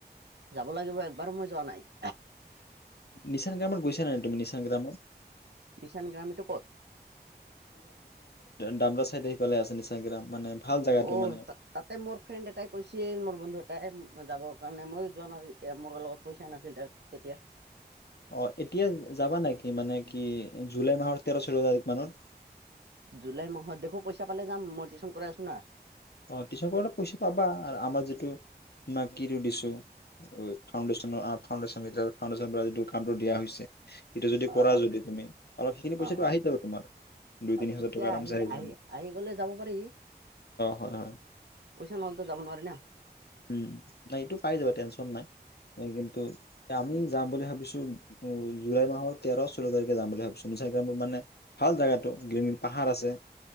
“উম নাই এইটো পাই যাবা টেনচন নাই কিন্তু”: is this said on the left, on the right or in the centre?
Left